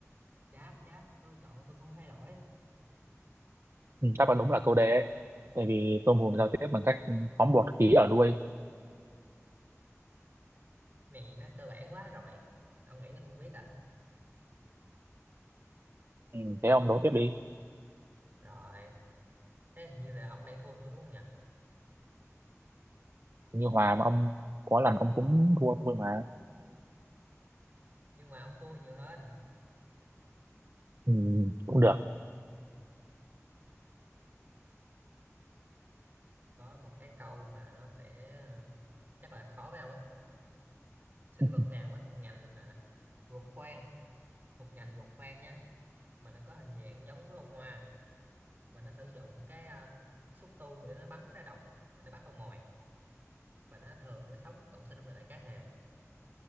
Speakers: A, on the right (about 35°); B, on the right (about 50°).
A: chắc chắc tôi chọn thì tôi không có thay đổi
B: Ừ, đáp án đúng là câu D ấy. Tại vì tôm hùm giao tiếp bằng cách phóng bọt khí ở đuôi.
A: này nó cơ bản quá rồi ông nghĩ tôi không biết à
B: Ừ, thế ông đố tiếp đi.
A: rồi thế hình như là ông đang thua tôi đúng không nhỉ
B: Như Hòa mà ông có lần ông cũng thua tôi mà.
A: nhưng mà ông thua nhiều hơn
B: Ừ, cũng được.
A: có một cái câu mà nó sẽ ờ, chắc là khó với ông ấy sinh
B: <laughs>
A: vật nào mà thuộc ngành à, ruột khoang thuộc ngành ruột khoang nhá mà nó có hình dạng giống với bông hoa và nó sử dụng cái ờ, xúc tu để nó bắn ra độc và nó bắt con mồi và nó thường nó sống cộng sinh với lại cá hề